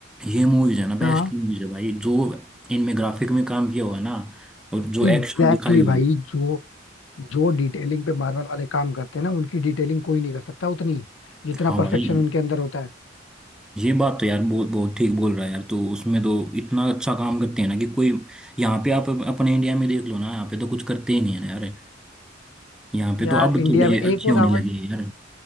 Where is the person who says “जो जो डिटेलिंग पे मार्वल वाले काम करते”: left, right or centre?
Left